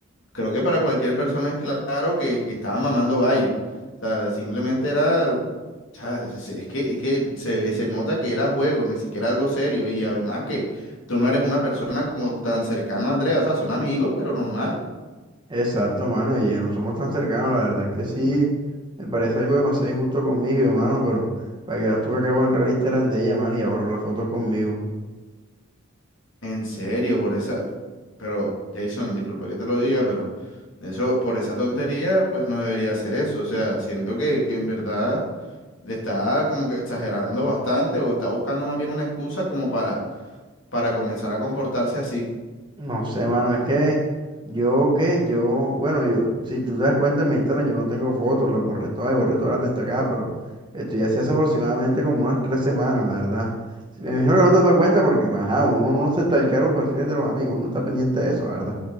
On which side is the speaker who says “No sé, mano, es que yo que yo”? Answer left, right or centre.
Right